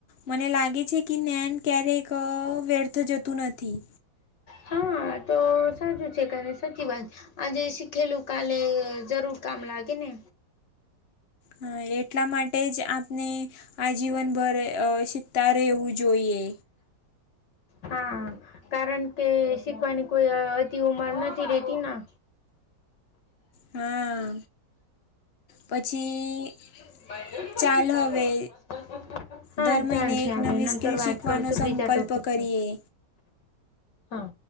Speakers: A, on the left; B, on the left.
A: મને લાગે છે કે નૈન ક્યારેક વ્યર્થ જતું નથી.
B: હા તો સાચું છે કાને સાચી વાત આજે શીખેલું કાલે જરૂર કામ લાગેને
A: હા એટલા માટે જ આપને આજીવનભર અ શીખતા રહેવું જોઈએ.
B: હા કારણ કે શીખવાની કોઈ અતિ ઉમર નથી રેતી ના
A: હા પછી
B: <inaudible>
A: ચાલ હવે
B: હા
A: દર મહિને
B: ચાલશે
A: એક
B: આવે
A: નવી
B: નંતર
A: સ્કીલ
B: વાત
A: શીખવાનો
B: કરશું
A: સંકલ્પ
B: બીજા ટોપિક
A: કરીએ
B: પર હા